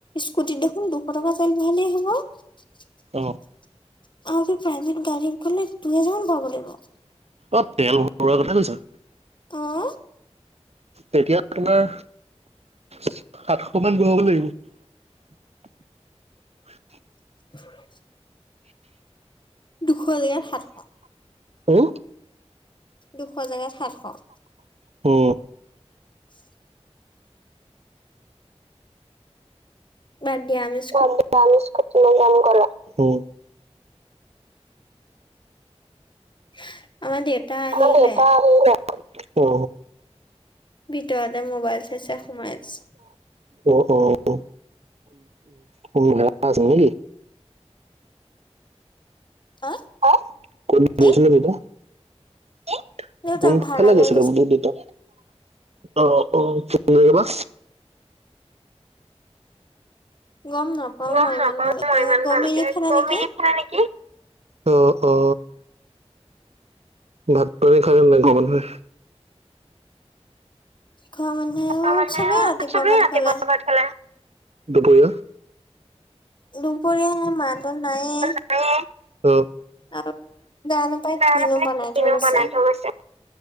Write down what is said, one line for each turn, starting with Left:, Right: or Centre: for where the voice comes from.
Left: স্কুটিত দেখোন দুশ টকা তেল ভৰালেই হ'ব। আৰু
Right: অ
Left: কি প্ৰাইভেট গাড়ী গ'লে দুইহেজাৰ মান ভৰাব লাগিব।
Right: অ তেল ভৰোৱা কথা কৈছা।
Left: উম।
Right: তেতিয়া তোমাৰ সাতশ মান ভৰাব লাগিব। <inaudible>
Left: <inaudible> দুশৰ জেগত সাতশ
Right: অও।
Left: দুশ জেগাত সাতশ।
Right: অ।
Left: <inaudible> বাদ দিয়া আমি চ।
Right: হয়।
Left: <inaudible> আহিলে
Right: মোৰ দেউতা আহিল নাই, অ।
Left: ভিতৰতে মোবাইল চাই চাই সোমাই আছে।
Right: অঁ, অ, কোন ৰাজ নেকি।
Left: অ
Right: হা কোন
Left: কি
Right: আহিছে নে দেউতা, এ,
Left: দেউতা
Right: কোনফালে
Left: ভাড়া
Right: গৈছিলে
Left: লৈ
Right: বোলো দেউতা। অ অ ক জ বা।
Left: গম নাপাওঁ
Right: গম
Left: মই
Right: নাপাওঁ
Left: ইমান ভালকে,
Right: মই ইমান
Left: গম
Right: ভালকে,
Left: এৰি ফালে
Right: কমিলি
Left: নেকি।
Right: ফালে নেকি? অ অ ভাত পানী খাই গ'ল নাই ঘৰ মানুহে।
Left: ঘৰ মানুহে
Right: ঘৰৰ মানুহে
Left: চবেই ৰাতিপুৱা ভাত খালে।
Right: ভাত খালে। দূপৰীয়া।
Left: দুপৰীয়াে মানুহ নাইয়ে।
Right: উম, অ।
Left: অ, জানো পাই
Right: দাইল
Left: কিনো
Right: অকণমান
Left: বনাই
Right: কিনো
Left: থৈ গৈছে।
Right: বনাই থৈ গৈছে।